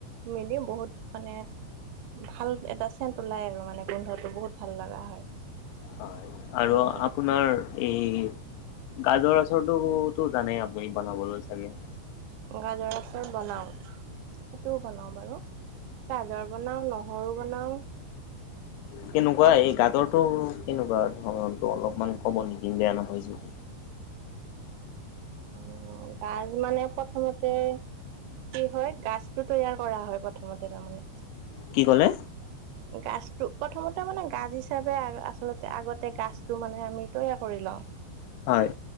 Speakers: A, on the right; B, on the left.
A: মিলি বহুত মানে ভাল এটা চেণ্ট ওলাই আৰু মানে গোন্ধটো বহুত ভাল লগা হয়।
B: হয়, আৰু
A: সেনেকে
B: আপোনাৰ এই, গাজৰ আচাৰটোতো জানে আপুনি বনাবলৈ চাগে?
A: গাজৰ আচাৰ বনাওঁ। সেইটোও বনাও বাৰু, গাজৰ বনাও, নহৰু বনাও।
B: কেনেকুৱা,
A: তাৰপিছত
B: এই গাজৰটো কেনেকুৱা ধৰ অলপমান ক'ব নেকি, বেয়া নাপাই যদি?
A: উ, গাজ মানে প্ৰথমতে কি হয়? গাছটো তৈয়াৰ কৰা হয় প্ৰথমতে তাৰমানে।
B: কি ক'লে?
A: গাজটো প্ৰথমতে মানে, গাজ হিচাপে আচলতে আগতে গাজটো মানে আমি তৈয়াৰ কৰি লওঁ।
B: হয়।